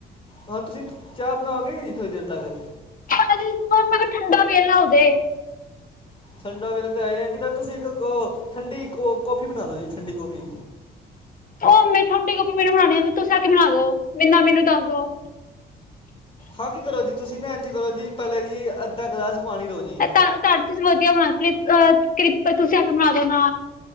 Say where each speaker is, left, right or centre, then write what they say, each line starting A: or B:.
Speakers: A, on the left; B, on the left.
A: ਹਾਂ ਤੁਸੀਂ ਚਾਹ ਬਣਾਓਗੇ, ਜੀ ਥੋੜੀ ਦੇਰ ਤੱਕ?
B: ਮੈਂ ਕਿਹਾ ਠੰਡਾ ਵੇਹਲਾ ਹੋਜੇ।
A: ਠੰਡਾ ਵੇਲੇ ਤਾਂ ਇਹ ਆ ਜਿਹੜਾ ਤੁਸੀਂ ਇੱਕ ਠੰਡੀ ਕੌਫੀ ਬਣਾ ਲਓ ਜੀ। ਠੰਡੀ ਕੌਫੀ,
B: ਉਹ ਮੇ ਠੋਡੀ ਗੋਭੀ ਮੈਨੂੰ ਬਣਾਣੀ ਹੁੰਦੀ ਤੁਸੀ ਆ ਕੇ ਬਣਾ ਦੋ ਮਿੰਨਾ ਮੈਨੂੰ ਦੱਸ ਦੋ
A: ਹਾਂ ਕੀ ਕਰੋ ਜੀ, ਤੁਸੀਂ ਨਾ ਇਝ ਕਰੋ ਜੀ ਪਹਿਲੇ ਜੀ ਅੱਧਾ ਗਲਾਸ ਪਾਣੀ ਲਓ ਜੀ
B: ਤੁਹਾ ਤੁਸੀਂ ਵਧੀਆ ਬਣਾ ਕਿਰਪਾ ਤੁਸੀਂ ਆ ਕੇ ਬਣਾ ਦੋ ਨਾ,